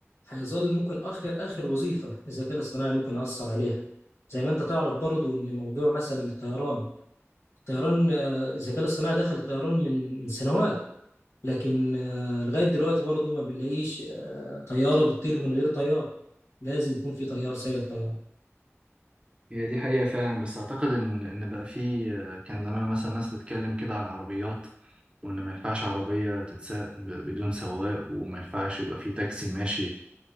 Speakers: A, on the left; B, on the right.
A: هيظل ممكن آخر آخر وظيفة الذكاء الاصطناعي ممكن يأثر عليها زي ما أنت تعرف برضو إن موضوع مثلا الطيران الطيران آه، الذكاء الاصطناعي دخل الطيران من من سنوات لكن آه، لغاية دلوقتي برضو ما بنلاقيش آه، طيارة بتطير من غير طيار لازم يكون في طيار سايق الطيارة
B: هي دي حقيقة فعلا بس أعتقد إن إن بقى فيه آه، كان زمان مثلا ناس بتتكلم كده عن العربيات وإن ما ينفعش عربية تتساق ب- بدون سواق وما ينفعش يبقى فيه تاكسي ماشي